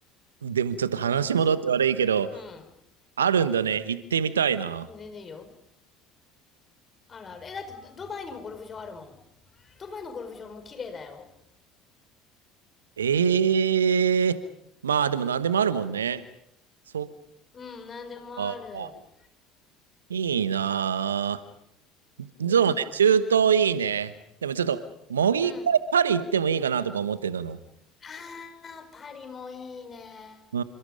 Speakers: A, on the right; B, on the left.
A: でもちょっと話戻って悪いけど、
B: うん。うん。
A: あるんだね。行ってみたいな。
B: 全然いいよ。あるある。え、だってドバイにもゴルフ場あるもん。ドバイのゴルフ場も綺麗だよ。
A: ええまあでも何でもあるもんね。そっ
B: うん、なんでもある。
A: か。いいなぁ。
B: うん。
A: そうね、中東いいね。でもちょっと、もう一回パリ行ってもいいかなとか思ってたの。
B: うん。ああ、パリもいいね。
A: う